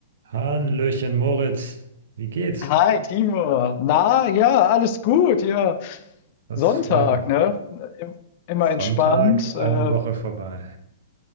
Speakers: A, on the right; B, on the left.
A: Hallöchen Moritz, wie geht's?
B: Hi, Timo. Na, ja, alles gut. Ja,
A: Das
B: Sonntag,
A: freut mich.
B: ne? Im- Immer
A: Sonntag,
B: entspannt.
A: eine
B: Äh,
A: Woche vorbei.